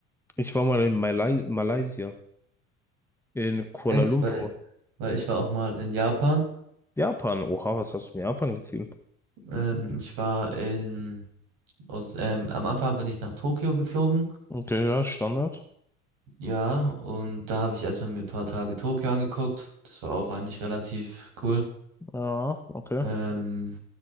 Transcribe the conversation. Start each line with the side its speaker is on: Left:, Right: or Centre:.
Centre: Ich war mal in Malai Malaysia, in Kuala
Right: Echt?
Centre: Lumpur,
Right: Weil, weil ich war auch mal in Japan.
Centre: Japan. Oha, was hast du in Japan gezogen?
Right: Ähm, ich war in, aus, ähm, am Anfang bin ich nach Tokio geflogen,
Centre: Okay, ja, Standard.
Right: ja, und da habe ich erstmal mir ein paar Tage Tokio angeguckt. Das war auch eigentlich relativ cool.
Centre: Ja, okay.
Right: Ähm,